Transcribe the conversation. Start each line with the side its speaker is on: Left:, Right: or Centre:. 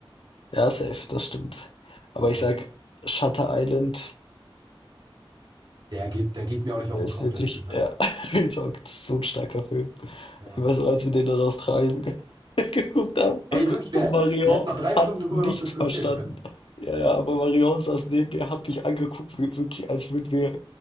Left: Ja, safe, das stimmt. Aber
Right: Ja.
Left: ich sag, Shutter Island
Right: Der geht, der geht mir auch nicht
Left: ist
Right: aus dem Kopf,
Left: wirklich,
Right: der Film, ne?
Left: ja, <laughs> ich sag, das ist so ein starker Film.
Right: Ja.
Left: Ich weiß noch, als wir den in Australien <laughs> geguckt haben
Right: Ey, wirklich, wir
Left: und
Right: hätten,
Left: Marion
Right: wir hätten noch drei
Left: hat
Right: Stunden drüber
Left: nichts
Right: noch diskutieren
Left: verstanden.
Right: können.
Left: Ja, ja, aber Marion saß neben mir, hat mich angeguckt, wie, wirklich, als würden wir